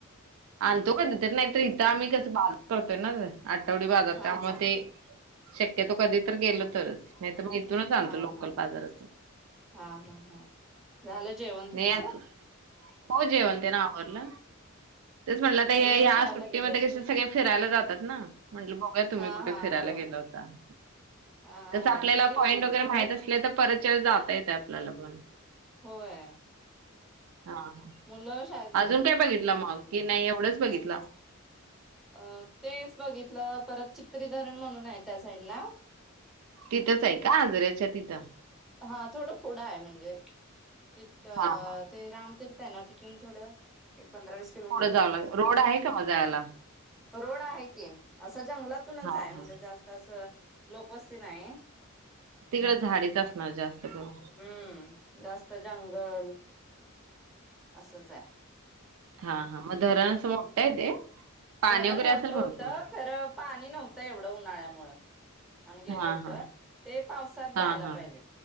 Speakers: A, on the right; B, in the centre.
A: आणतो कधी तर नाहीतर इथं आम्ही कसं बाजार करतोय ना आठवडी बाजार
B: हा
A: त्यामुळे
B: हा
A: ते शक्यतो कधी तर गेलो तरच नाही तर मग इथूनच
B: हा
A: आणतो लोकल
B: हा
A: बाजारातून.
B: हा हा हा झालं जेवण?
A: नाही
B: तुमचं
A: अजून हो जेवण ते ना आवरल. तेच म्हटलंता
B: मुलं
A: हे ह्या
B: शाळेला
A: सुट्टीमध्ये
B: गेले असतील
A: कसे सगळे फिरायला जातात ना म्हटलं बघुया तुम्ही
B: हा
A: कुठे
B: हा
A: फिरायला
B: हो
A: गेला होता. ता <unintelligible>
B: हा
A: कसं
B: हा
A: आपल्याला
B: गेल
A: पॉईंट
B: होत
A: वगैरे
B: तिकडं
A: माहित असले तर परतच्या वेळेला जाता येते आपल्याला पण
B: होय.
A: हा ह
B: मुलं शाळेत गेली
A: अजून काय बघितलं मग कि नाही एवढंच बघितलं?
B: अ तेच बघितलं परत चित्रीधरण म्हणून आहे त्या साईड ला.
A: तिथंच आहे का आगऱ्याच्या तिथं?
B: हा थोडं पुडं आहे म्हणजे तिथं.
A: हा हा
B: ते राम तीर्थ आहे ना तिथून थोडं एक, पंधरा, विस
A: पुढ जावं लागल रोड आहे का म जायला?
B: रोड आहे की असं जंगलातूनच
A: हा
B: आहे म्हणजे
A: हा
B: जास्त अस लोकवस्ती नाही.
A: तिकडें झाडीच असणार जास्त करून.
B: हम्म जास्त जंगल असच आहे.
A: हा हा मग धरण आसं मोठय ते. पाणी
B: धरण
A: वगैरे
B: मोठं
A: असेल भरपूर
B: होतं खर पाणी नव्हतं एवढं उन्हाळ्यामुळं आम्ही गेलो
A: हां
B: होत
A: हां
B: ते पावसात
A: हां
B: जायला
A: हां
B: पाहिजे.